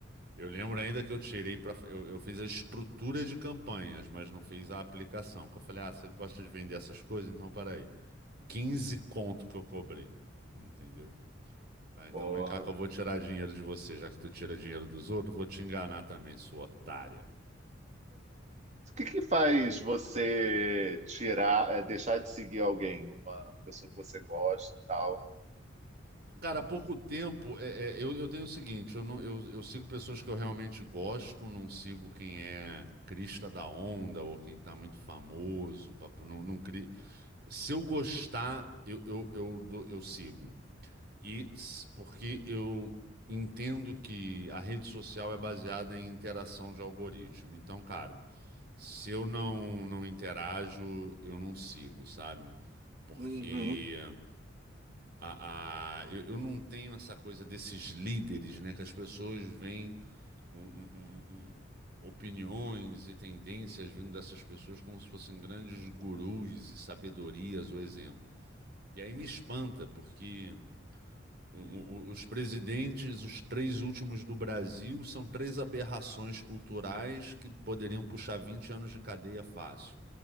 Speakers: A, on the right; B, on the right.
A: Eu lembro ainda que eu tirei para eu, eu fiz a estrutura de campanhas, mas não fiz a aplicação. Que eu falei, ah, você gosta de vender essas coisas? Então, peraí. quinze conto que eu cobrei, entendeu? Ah, então
B: porra.
A: vem cá que eu vou tirar dinheiro de você, já que tu tira dinheiro dos outros, eu vou te enganar também, sua otária.
B: O que que faz você tirar, é, deixar de seguir alguém, uma pessoa que você gosta e tal?
A: Cara, há pouco tempo, é, é, eu, eu tenho o seguinte, eu, não, eu, eu sigo pessoas que eu realmente gosto, não sigo quem é crista da onda ou quem tá muito famoso, papo- não, não cri... Se eu gostar, eu, eu, eu, dou- eu sigo. E s- porque eu entendo que a rede social é baseada em interação de algoritmo. Então, cara, se eu não, não interajo, eu não sigo, sabe? Porque
B: Uhum.
A: a, a- eu, eu não tenho essa coisa desses líderes, né? Que as pessoas veem um- um- um- um- opiniões e tendências vindo dessas pessoas como se fossem grandes gurus e sabedorias ou exemplo. E aí me espanta, porque o- o- os presidentes, os três últimos do Brasil, são três aberrações culturais que poderiam puxar 20 anos de cadeia fácil.